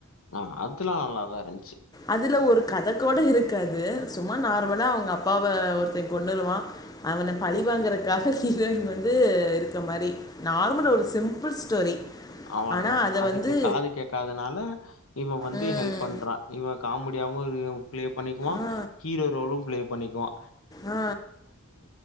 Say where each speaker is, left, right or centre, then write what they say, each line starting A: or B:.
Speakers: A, on the left (about 80°); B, on the left (about 20°).
A: ஆ அதுல்லா நல்லாதா இருந்ச்சு
B: அதுல ஒரு கத கூட இருக்காது சும்மா நார்மலா அவுங்க அப்பாவ ஒருத்தெ கொன்னுருவா அவன பழி வாங்கறக்காக ஹீரோயின் வந்து இந்த மாரி நார்மல் ஒரு சிம்பிள் ஸ்டோரி
A: அவ்ளோதா
B: ஆனா அத
A: அதுக்கு
B: வந்து
A: காது கேக்காதனால இவ வந்து
B: ம்
A: ஹெல்ப் பண்றா இவ காமெடியாவு ஈ ப்ளே பண்ணிக்குவா
B: ஆ
A: ஹீரோ ரோலும் ப்ளே பண்ணிக்குவா
B: ஆ